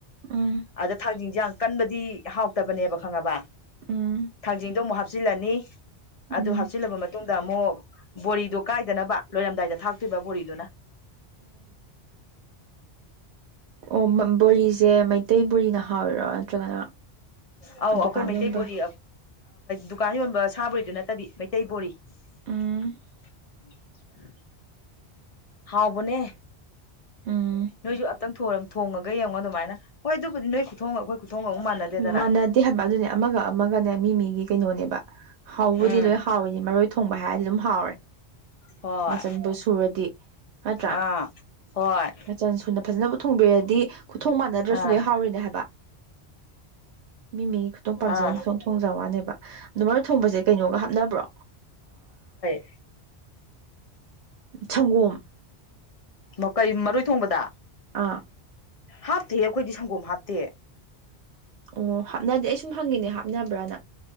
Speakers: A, on the right; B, on the left.
A: ꯎꯝ
B: ꯑꯗ ꯊꯥꯡꯖꯤꯡꯁꯥꯡ ꯀꯟꯕꯗꯤ ꯍꯥꯎꯇꯕꯅꯦꯕ ꯈꯪꯉꯕ
A: ꯎꯝ
B: ꯊꯥꯡꯖꯤꯡꯗꯣ ꯑꯃꯨꯛ ꯍꯥꯞꯆꯤꯜꯂꯅꯤ ꯑꯗꯨ
A: ꯎꯝ
B: ꯍꯥꯞꯆꯤꯜꯂꯕ ꯃꯇꯨꯡꯗ ꯑꯃꯨꯛ ꯕꯣꯔꯤꯗꯣ ꯀꯥꯏꯗꯅꯕ ꯂꯣꯏꯔꯝꯗꯥꯏꯗ ꯊꯥꯛꯇ꯭ꯣꯏꯕ ꯕꯣꯔꯤꯗꯨꯅ
A: ꯑꯣ ꯑꯣ ꯕꯣꯔꯤꯁꯦ ꯃꯩꯇꯩ ꯕꯣꯔꯤꯅ ꯍꯧꯔꯣ ꯅꯠꯇ꯭ꯔꯒꯅ
B: ꯑꯧ ꯑꯩꯈꯣꯏ
A: ꯗꯨꯀꯥꯟ
B: ꯃꯩꯇꯩ
A: ꯌꯣꯟꯕ
B: ꯕꯣꯔꯤ ꯗꯨꯀꯥꯟ ꯌꯣꯟꯕ ꯁꯥꯕꯔꯤꯗꯨ ꯅꯠꯇꯕꯤ ꯃꯩꯇꯩ ꯕꯣꯔꯤ <unintelligible>
A: ꯎꯝ
B: ꯍꯥꯎꯕꯅꯦ
A: ꯎꯝ
B: ꯅꯣꯏꯁꯨ ꯈꯤꯇꯪ ꯊꯣꯡꯉꯒ ꯌꯦꯡꯉꯣ ꯑꯗꯨꯃꯥꯏ ꯍꯣꯏ ꯑꯗꯨꯕꯨꯗꯤ ꯅꯣꯏ ꯈꯨꯊꯣꯡꯉꯒ ꯑꯩꯈꯣꯏ ꯈꯨꯊꯣꯡꯒ ꯑꯃꯨꯛ ꯃꯥꯟꯅꯗꯦꯗꯅ
A: ꯃꯥꯟꯅꯗꯦ ꯍꯥꯏꯕ ꯑꯗꯨꯅꯦ ꯑꯃꯒ ꯑꯃꯒꯅꯦ ꯃꯤ ꯃꯤꯒꯤ ꯀꯩꯅꯣꯅꯦꯕ ꯍꯥꯎꯕꯗꯤ
B: ꯎꯝ
A: ꯂꯣꯏ ꯍꯥꯎꯋꯅꯤ ꯃꯔꯣꯏ ꯊꯣꯡꯕ ꯍꯥꯏꯔꯗꯤ ꯑꯗꯨꯝ ꯍꯥꯎꯔꯦ
B: ꯍꯣꯏ
A: ꯃꯆꯟꯕꯨꯣ ꯁꯨꯔꯗꯤ ꯅꯠꯇ꯭ꯔꯥꯆꯟ
B: ꯑꯥ ꯍꯣꯏ
A: ꯁꯨꯅ ꯐꯖꯅ ꯈꯨ ꯊꯣꯡꯕꯤꯔꯗꯤ ꯈꯨꯊꯣꯡ ꯃꯥꯟꯅꯗ꯭ꯔꯁꯨ
B: ꯑꯥ
A: ꯂꯣꯏ ꯍꯥꯎꯔꯤꯅꯦ ꯍꯥꯏꯕ ꯃꯤ ꯃꯤ ꯈꯨꯇꯣꯡ ꯄꯥꯝꯖꯩꯕ
B: ꯑꯥ
A: ꯈꯨꯇꯣꯡ ꯊꯣꯡꯖ ꯋꯥꯅꯦꯕ ꯑꯗꯣ ꯃꯔꯨꯞ ꯊꯣꯡꯕꯁꯦ ꯀꯩꯅꯣꯒ ꯍꯥꯞꯅꯕ꯭ꯔꯣ
B: <unintelligible>
A: ꯁꯪꯒꯣꯝ
B: ꯃꯀꯩ ꯃꯔꯣꯏ ꯊꯣꯡꯕꯗ
A: ꯑꯥ
B: ꯍꯥꯞꯇꯦ ꯑꯩꯈꯣꯏꯗꯤ ꯁꯪꯒꯣꯝ ꯍꯥꯞꯇꯦ
A: ꯑꯣ ꯍꯥꯞꯅꯗꯦ ꯑꯩ ꯁꯨꯝ ꯍꯪꯉꯤꯅꯦ ꯍꯥꯞꯅꯕ꯭ꯔꯅ